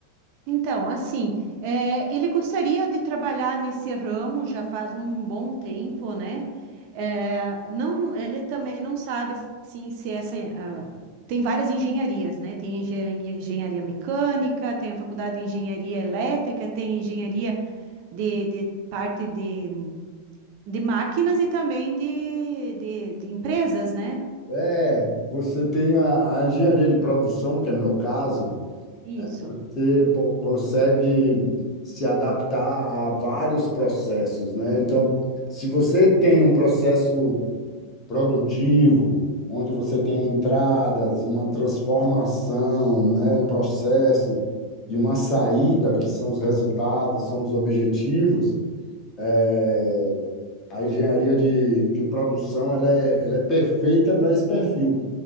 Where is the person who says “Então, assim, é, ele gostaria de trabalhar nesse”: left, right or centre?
Right